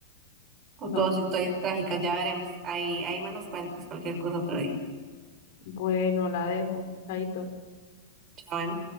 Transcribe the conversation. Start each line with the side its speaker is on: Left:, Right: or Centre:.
Right: O
Left: no.
Right: todas sus historias trágicas, ya veremos. Ahí, ahí me los cuentas cualquier cosa otro día.
Left: Bueno, la dejo. Chaito.
Right: Chao, Emi.